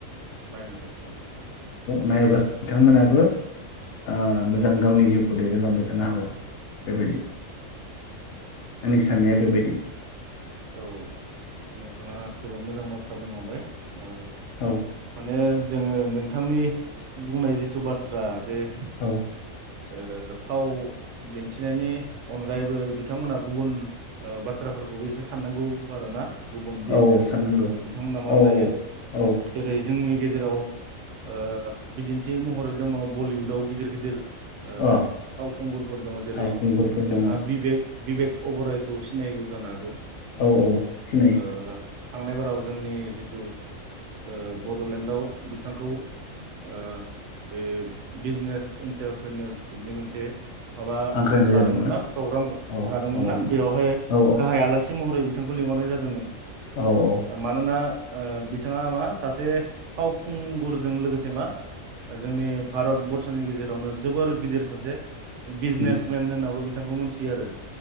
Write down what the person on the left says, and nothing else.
नायोब्लासो बिथांमोनाबो ओ मोजां गावनि जिउखौ दैदेनलांबाय थानो हागौ बेबायदि।
आंनि साननाया बेबायदि।
औ
औ
औ
औ साननांगौ
औ औ
अ
औ
खुंगुरफोर दङ
औ औ सिनायो।
हांख्रायनाय
जादोंमोन
औ
औ
औ
औ औ
उम